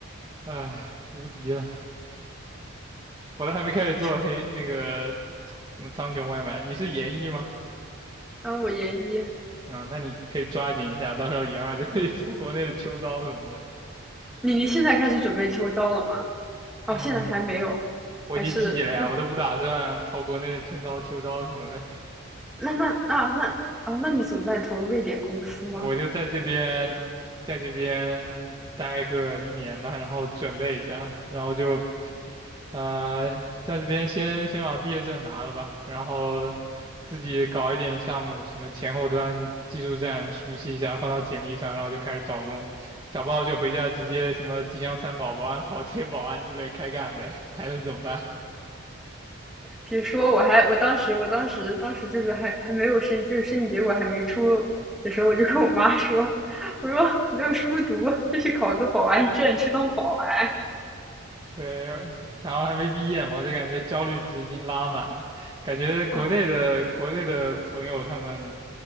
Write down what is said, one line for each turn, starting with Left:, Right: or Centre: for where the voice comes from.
Right: 唉，无敌了！我都还没开始做黑那个
Centre: <laughs>
Right: 什么苍穹外卖，你是研一吗？
Centre: 然后我研一，
Right: 啊，那你可以抓紧一下，到时候研二就可以做国内的秋招什么的。
Centre: 你你现在开始准备秋招了吗？
Right: 哎，
Centre: 哦，现在还没有，
Right: <laughs> 我已经寄了呀，
Centre: 还是哎
Right: 我都不打算投国内的春招、秋招什么的，
Centre: 那那啊那啊，那你怎么办？投瑞典公司吗？
Right: 我就在这边，在这边待个一年吧，然后准备一下，然后就呃，在这边先先把毕业证拿了吧，然后自己搞一点项目，什么前后端技术栈熟悉一下，放到简历上，然后就开始找工，找不到就回家直接什么吉祥三宝、保安、保洁、保安之类开干呗，还能怎么办？
Centre: 比如说，我还我当时我当时当时就是还还没有申，就是申请结果还没出的时候，我就跟我妈说，<laughs> 我说没有书读，就去考个保安证，去当保安
Right: 对，然后还没毕业嘛，我就感觉焦虑值已经拉满了。感觉国内的国内的朋友他们
Centre: 啊！